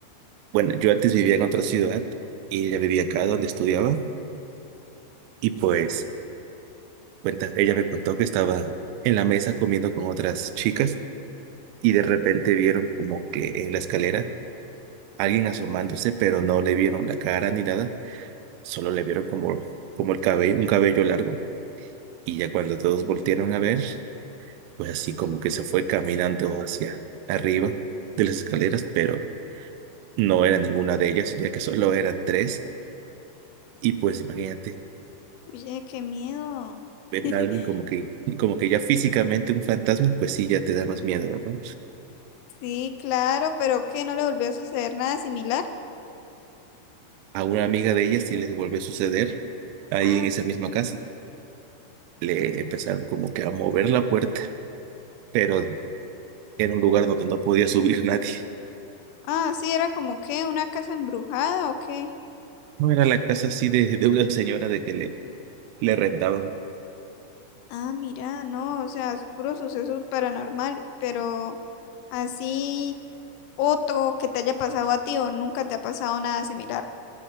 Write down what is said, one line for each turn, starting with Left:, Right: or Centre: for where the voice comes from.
Right: bueno, yo antes vivía en otra ciudad y ella vivía acá donde estudiaba y pues cuenta, ella me contó que estaba en la mesa comiendo con otras chicas y de repente vieron como que en la escalera alguien asomándose, pero no le vieron la cara ni nada, solo le vieron como, como el cabello, un cabello largo. Y ya cuando todos voltearon a ver, pues así como que se fue caminando hacia arriba de las escaleras, pero no era ninguna de ellas, ya que solo eran tres. Y pues imagínate,
Left: Oye, qué miedo.
Right: ver
Left: <laughs>
Right: a alguien como que, como que ya físicamente un fantasma, pues sí, ya te da más miedo, ¿verdad?
Left: Sí, claro, pero qué no le volvió a suceder nada similar.
Right: a una amiga de ella sí les volvió a suceder ahí
Left: Ah,
Right: en esa misma casa. Le empezaron como que a mover la puerta, pero era un lugar donde no podía subir nadie.
Left: ah, sí, era como que una casa embrujada o qué.
Right: No era la casa así de, de una señora de que le, le rentaban.
Left: Ah, mira, no, o sea, es puro suceso paranormal, pero así otro que te haya pasado a ti o nunca te ha pasado nada similar.